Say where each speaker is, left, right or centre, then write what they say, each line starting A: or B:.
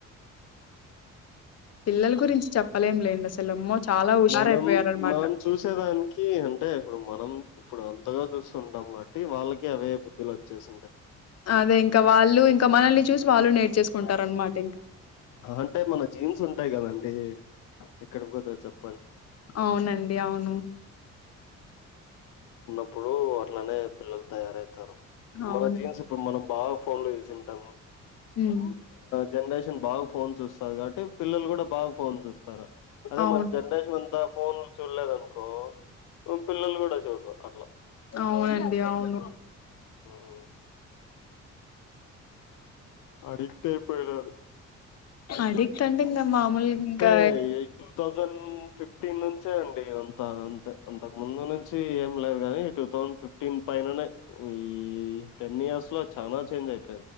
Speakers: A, on the left; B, on the left.
A: పిల్లల గురించి చెప్పలేం లేండి అసలు అమ్మో చాలా హుషారయిపోయారనమాట
B: మనం మనం చూసేదానికి అంటే ఇప్పుడు మనం ఇప్పుడు అంతగా ఉంటాం కాట్టి వాళ్ళకి అవే వ వచ్చేస
A: అదే ఇంకా వాళ్ళు ఇంకా మనల్ని చూసి వాళ్ళు నేర్చేసుకుంటా అన్నమాట
B: అంటే మన జీన్స్ ఉంటాయి కదండి ఎక్కడకి పోత చెప్ప
A: అవునండి అవును
B: ఇప్పుడు అట్లనే పిల్లలు తయారవుతారు
A: అవును
B: మన జీన్స్ ఇప్పుడు మనం బాగా ఫోన్ లో చుసింటాము
A: మ్మ్
B: జనరేన్ బాగు ఫోన్స్ చుస్తారు కాబట్టి పిల్లలు కూడా బాగా ఫోన్స్ చుస్తారు అదే
A: అవును
B: మన జనరేషన్ అంతా ఫోన్ ను చూడలేదు అనుకో పిల్లలు కూడా చూడరు అట్లా
A: అవునండి అవును
B: హ్మ్. అడిక్టే అయిపోయారు
A: అడిక్ట్ <unintelligible> ఇంకా
B: టె టూ థౌజండ్ ఫిఫ్టీన్ ను చేయవు అంత అంత అంత ముందు ఏం లేదు కానీ టూ థౌసండ్ ఫిఫ్టీన్ పైననే ఈ టెన్ ఇయర్స్ లో చానా చేంజ్ అయిపోంది